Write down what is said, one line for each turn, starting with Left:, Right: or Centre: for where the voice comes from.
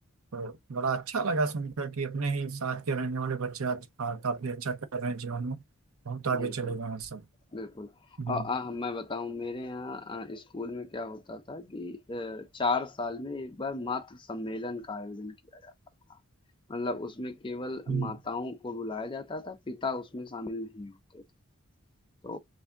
Right: तो बड़ा अच्छा लगा सुनकर कि अपने ही साथ के रहने वाले बच्चे आज आ, काफी अच्छा कर रहे हैं जीवन में बहुत आगे
Left: बिल्कुल
Right: चले गए हैं सब
Left: बिल्कुल
Right: हम्म
Left: आ, आ, मैं बताऊं मेरे यहाँ आ, स्कूल में क्या होता था कि अ, चार साल में एक बार मातृ सम्मेलन का आयोजन किया जाता था मतलब उसमें केवल
Right: हम्म,
Left: माताओं को बुलाया जाता था पिता उसमें शामिल नहीं होते थे तो